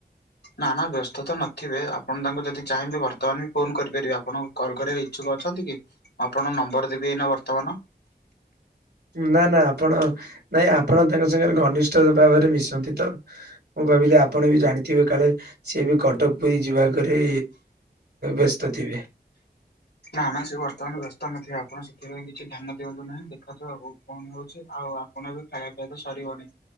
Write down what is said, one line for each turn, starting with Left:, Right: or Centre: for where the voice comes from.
Left: ନା ନା ବ୍ୟସ୍ତତା ନଥିବେ ଆପଣ ତାଙ୍କୁ ଯଦି ଚାହିଁବେ ବର୍ତ୍ତମାନ ବି ଫୋନ କରିପାରିବେ ଆପଣ କଲ୍ କରିବାର ଇଚ୍ଛୁକ ଅଛନ୍ତି କି ମୁଁ ଆପଣଙ୍କ ନମ୍ବର ଦେବି ଏଇନା ବର୍ତ୍ତମାନ।
Right: ନା ନା ଆପଣ ନାଇଁ ଆପଣ ତାଙ୍କ ସାଙ୍ଗରେ ଘନିଷ୍ଠ ଭାବରେ ମିଶନ୍ତି ତ। ମୁଁ କବିଲି ଆପଣ ବି ଜାଣି ଥିବେ କାଳେ ସିଏ ବି କଟକ ପୁରୀ ଯିବାକରେ ବ୍ୟସ୍ତ ଥିବେ।
Left: ନା ନା ସେ ବର୍ତ୍ତମାନ ବ୍ୟସ୍ତ ନଥିବେ ଆପଣ ସେଥିପାଇଁ କିଛି ଧ୍ୟାନ ଦିଅନ୍ତୁ ନାହିଁ ଦେଖନ୍ତୁ କଣ ହଉଛି ଆଉ ଆପଣ ବି ଖାଇବା ଖାଇବା ତ ସରିବନି?